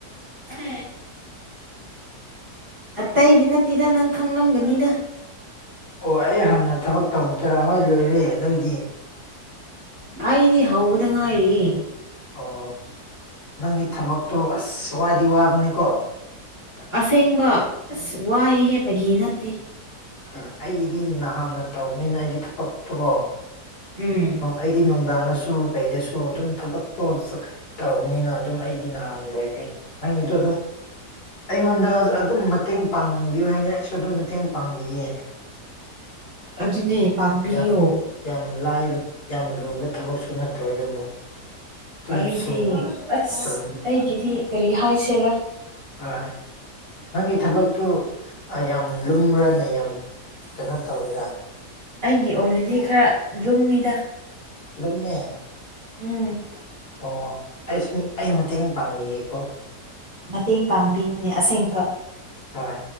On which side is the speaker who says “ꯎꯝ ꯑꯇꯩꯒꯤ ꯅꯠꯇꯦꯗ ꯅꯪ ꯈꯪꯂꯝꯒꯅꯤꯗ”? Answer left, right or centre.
Right